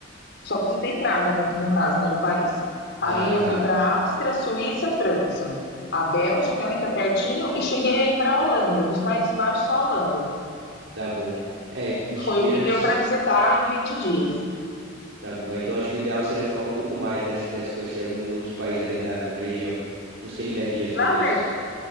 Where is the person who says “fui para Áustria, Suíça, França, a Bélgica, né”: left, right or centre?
Left